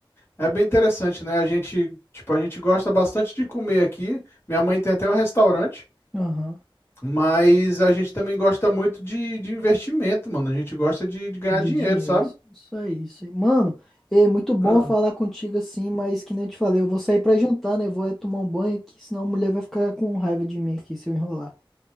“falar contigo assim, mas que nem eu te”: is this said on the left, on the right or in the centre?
Centre